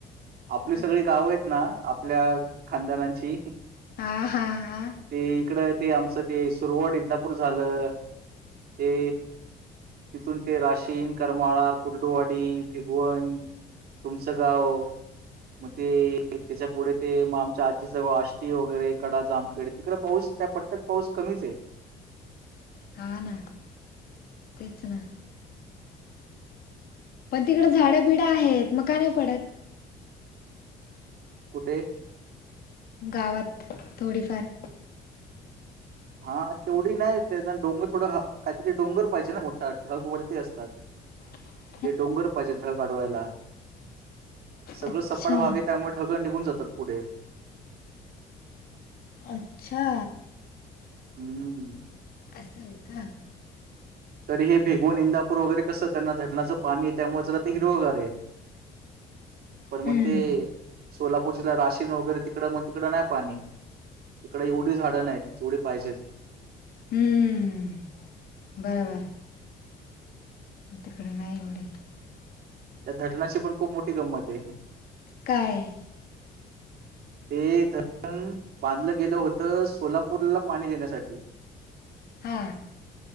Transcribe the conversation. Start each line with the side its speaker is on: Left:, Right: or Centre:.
Right: आपली
Left: हा
Right: सगळी गावं आहेत ना आपल्या खानदानांची
Left: हा हा हा
Right: ते इकड ते आमचं ते सुरोवड इंदापूर झालं ते तिथून ते राशीन करमाळा कुर्डुवाडी भिगवण तुमचं गाव? मग ते त्याच्या पुढे ते मग आमच्या आजीचं आष्टी वगैरे कडा जामखेड तिकडे पाऊस त्या पट पाऊस कमीच आहे.
Left: हा ना तेच ना. पण तिकडं झाडं बिडं आहेत मग का नाही पडत.
Right: कुठे?
Left: गावात थोडीफार
Right: हा तेवढी नाही त्याना डोंगर थोडं काहीतरी डोंगर पाहिजे ना मोठा ढग वरती असतात.
Left: <inaudible>
Right: ते डोंगर पाहिजे ढग आढवायला. सगळं
Left: अच्छा
Right: सपाट भाग आहे त्यामुळे ढग निघून जातात पुढे
Left: अच्छा.
Right: हम्म.
Left: असं आहे का?
Right: तरी हे भिगवन इंदापूर वगैरे कसं त्यांना धरणाचं पाणी आहे त्यामुळे जरा ते हिरवगार आहे. पण
Left: हम्म
Right: मग ते सोलापूर जिल्हा राशिन वगैरे तिकड मग तिकडं नाही पाणी इकडे एवढी झाडं नाहीत तेवढी पाहिजेत.
Left: हम्मम्मम् बरोबर. म तिकडे नाही एवढ.
Right: त्या धरणाची पण खूप मोठी गंमत आहे.
Left: काय?
Right: ते धरण बांधलं गेलं होतं सोलापूरला पाणी देण्यासाठी
Left: हा.